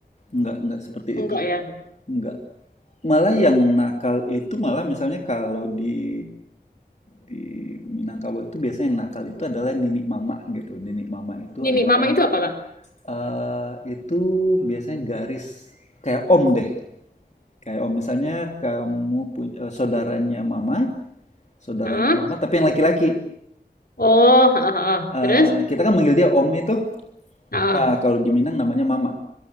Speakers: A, on the left; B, on the left.
A: enggak enggak seperti
B: Enggak
A: itu
B: ya.
A: enggak malah yang nakal itu malah misalnya kalau di di Minangkabau itu biasanya yang nakal itu adalah nini mama gitu. Nini mama itu
B: Ini
A: adalah
B: nih, mama itu apa, Kak?
A: Eh, itu biasanya garis kayak om deh. Kayak om misalnya kamu punya eh, saudaranya mama, saudaranya
B: Hah?
A: mama tapi yang laki-laki.
B: Oh, ha, ha, ha.
A: Eh,
B: Terus?
A: kita kan manggil dia om itu.
B: Ha.
A: Nah, kalau di Minang namanya mama